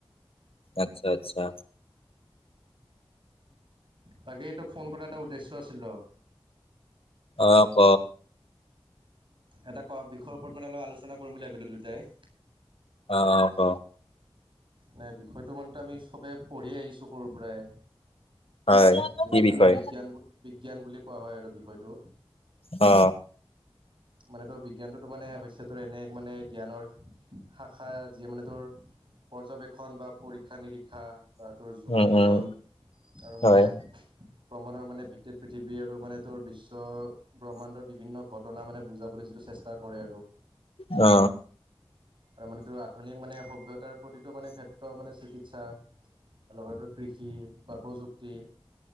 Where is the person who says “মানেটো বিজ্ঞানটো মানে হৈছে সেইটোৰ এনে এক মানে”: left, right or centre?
Right